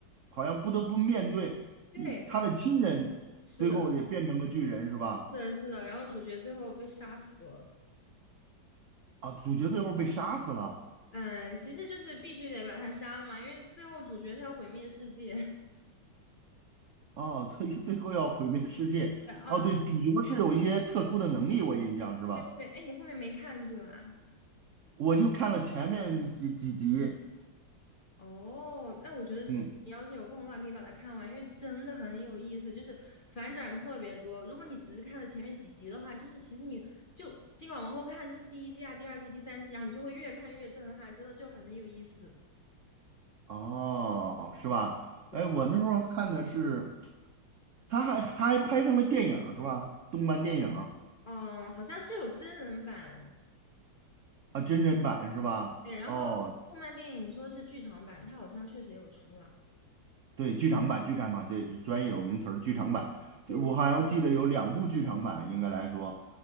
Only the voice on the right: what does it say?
好像不得不面对一他的亲人，
最后也变成了巨人，是吧？
啊，主角最后被杀死了，
哦，最最后要毁灭世界。
哦，对，
主角是有一些特殊的能力，我印象是吧？
我就看了前面几几集，
嗯，
哦，是吧？
哎，我那时候看的是，他还他还拍成了电影儿是吧？动漫电影儿
啊，真人版是吧？
哦，
对，剧场版，剧场版，对，专业有名词儿，剧场版。就我好像记得有两部剧场版，
应该来说。